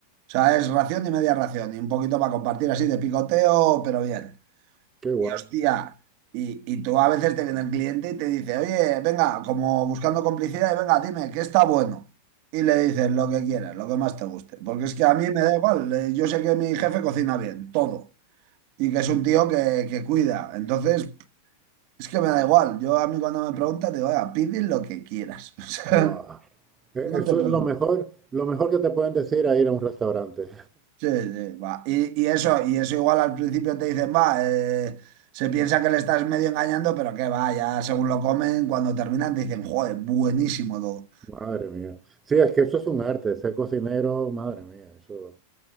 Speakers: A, on the right (about 50°); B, on the right (about 15°).
A: O sea, es ración y media ración, y un poquito para compartir así de picoteo, pero bien.
B: qué guay.
A: Y hostia, y, y tú a veces te viene el cliente y te dice, oye, venga, como buscando complicidad, y venga, dime, ¿qué está bueno? Y le dices lo que quieras, lo que más te guste. Porque es que a mí me da igual, eh, yo sé que mi jefe cocina bien, todo. Y que es un tío que, que cuida. Entonces, es que me da igual. Yo a mí cuando me preguntan, digo, oiga, pide lo que quieras. <laughs> O sea,
B: Guau. E-
A: no
B: Eso
A: te preocupes.
B: es lo mejor, lo mejor que te pueden decir a ir a un restaurante.
A: Sí, sí, va. Y, y eso, y eso igual al principio te dicen, va, eh, se piensa que le estás medio engañando, pero que va, ya según lo comen, cuando terminan te dicen, joder, buenísimo todo.
B: Madre mía. Sí, es que eso es un arte, ser cocinero, madre mía, eso,